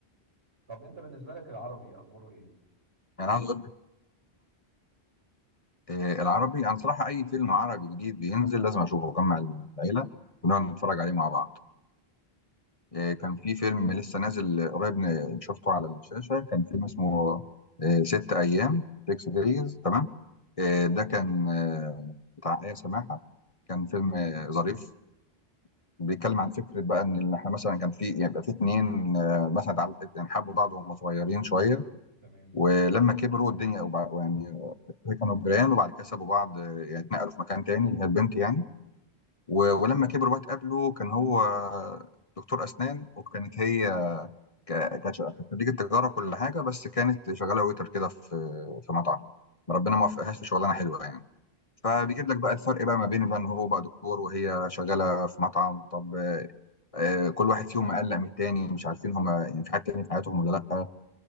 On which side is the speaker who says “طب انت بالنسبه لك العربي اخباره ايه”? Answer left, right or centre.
Right